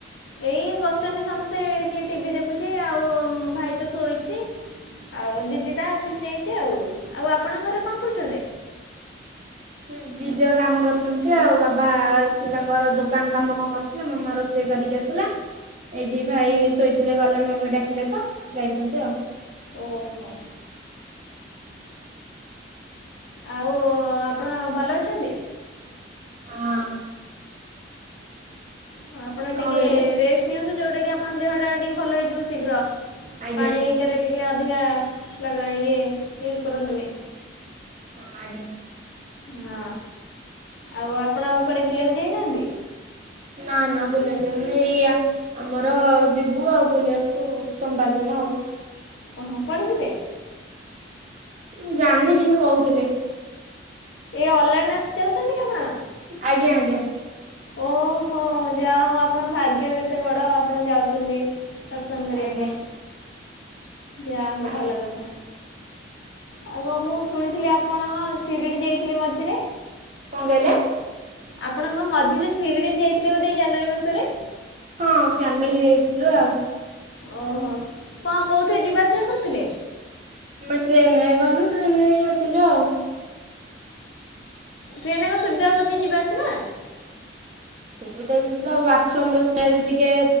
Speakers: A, on the left (about 75°); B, on the right (about 35°).
A: ଏଇ ବସିଛନ୍ତି ସମସ୍ତେ କିଏ ଟିଭି ଦେଖୁଛି ଆଉ ଭାଇ ତ ଶୋଇଛି। ଆଉ ଦିଦି ତା ଅଫିସ ଯାଇଛି ଆଉ, ଆଉ ଆପଣଙ୍କ ଘରେ କଣ କରୁଛନ୍ତି?
B: ସ୍କୁ ଯିଏ ଯା କାମ କରୁଛନ୍ତି ଆଉ ବାବା ସିଏ ତାଙ୍କର ଦୋକାନ କାମ କଣ କରୁଥିଲେ ମାମା ରୋଷେଇ କରିକି ଆ ଆସିଲା ଏଇଠି ଭାଇ ଶୋଇଥିଲେ ଗଲେ ମମି ଡାକିଲେ ତ ଯାଇଛନ୍ତି ଆଉ।
A: ଓହୋ। ଆଉ ଆପଣ ହଁ ଭଲ ଅଛନ୍ତି?
B: ଆଁ
A: ହଁ ଆପଣ
B: କଣ
A: ଟିକେ
B: କହିଲେ
A: ରେଷ୍ଟ ନିଅନ୍ତୁ ଯେଉଁଟା କିି ଆପଣଙ୍କ ଦେହଟା ଟିକେ ଭଲ ହେଇଯିବ ଶୀଘ୍ର।
B: ଆଜ୍ଞା
A: ପାଣିିକରେ ଟିକେ ଅଧିକା ଲା ଇଏ ୟୁଜ୍ କରନ୍ତୁନି।
B: ହଁ ଆଜ୍ଞା।
A: ହଁ ଆଉ ଆପଣ କଆଡ଼େ ବୁଲିବାକୁ ଯାଇନାହାନ୍ତି?
B: ନା ନା ବୁଲବାକୁ ଯାଇନି ଏଇଆ ଆମର ଯିବୁ ଆଉ ବୁଲିବାକୁ ସୋମବାର ଦିନ ଆଉ।
A: ଓହୋ କୁଆଡେ ଯିବେ?
B: ମୁଁ ଜାଣିନି କିନ୍ତୁ କହୁଥିଲେ।
A: ଏ ଅଲାରନାଥ ଯାଉଛନ୍ତି କି ଆପଣ?
B: ଆଜ୍ଞା ଆଜ୍ଞା।
A: ଓହୋ ଯାହା ହଉ ଆପଣଙ୍କ ଭାଗ୍ୟ କେତେ ବଡ? ଆପଣ ଯାଉଛନ୍ତି ଦର୍ଶନ କରିବା
B: ଆଜ୍ଞା
A: ପାଇଁ।?
B: ଆ
A: ଯାହା ହଉ
B: କଣ
A: ଭଲ କଥା ଆଉ କଣ ମୁଁ ଶୁଣିଥିଲି ଆପଣ କଣ ସିରିଡ଼ି ଯାଇଥିଲେ ମଝିରେ?
B: କଣ କହିଲେ?
A: ଆପଣ କଣ ମଝିରେ ଶିରିଡ଼ି ଯାଇଥିଲେ ବୋଧେ ଏ ଜାନୁଆରୀ ମାସରେ?
B: ହଁ ଫ୍ୟାମିଲି ଯାଇଥିଲୁ ଆଉ।
A: ଓହୋ କଣ କୋଉଁଥିରେ ଯିବା ଆସିବା କରିଥିଲେ।
B: ଆମେ ଟ୍ରେନରେ ଗଲୁ ଟ୍ରେନ ରେ ହିଁ ଆସିଲୁ ଆଉ।
A: ଟ୍ରେନ କଣ ସୁବିଧା ହଉଛି ଯିବା ଆସିବା?
B: ସୁବିଧା ତ ବାଥରୁମ ର ସ୍ମେଲ ଟିକେ